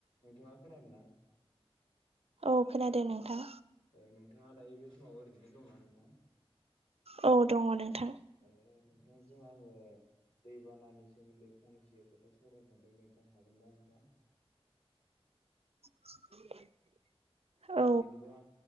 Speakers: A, on the left; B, on the right.
A: नोंथाङा खोनादों ना
B: औ खोनादों नोंथां
A: नोंथाङा दायो बे समाव ओरैनो दंना नोंथां
B: औ दङ नोंथां
A: ए नोंथांजों आङो दैबानानि सोमोन्दै फंनैसो खोथा सावरायनो सानदों नोंथां हागोनना नोंथां
B: <inaudible> औ
A: बिदिबा